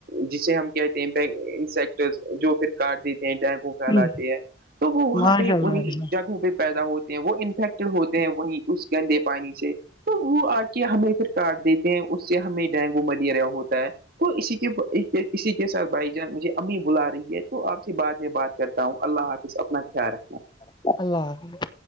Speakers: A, on the right (about 50°); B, on the left (about 25°).
A: جسے ہم کہتے ہیں انسیکٹ جو پھر کارڈ دیتے ہیں ڈینگوں
B: جان
A: پھیلاتے ہیں تو وہ وہاں
B: ماشاء
A: پہ
B: اللہ
A: انہیں
B: بھائی جان
A: جگہوں پہ پیدا ہوتے ہیں وہ انفیکٹڈ ہوتے ہیں وہی اس گندے پانی سے تو وہ آ کے ہمیں پھر کاٹ دیتے ہیں اس سے ہمیں ڈینگو ملیریا ہوتا ہے تو اسی کے اسی کے ساتھ بھائی جان مجھے امی بلا رہی ہے تو آپ بعد میں بات کرتا ہوں اللہ حافظ اپنا خیال رکھنا
B: اللہ حف <unintelligible>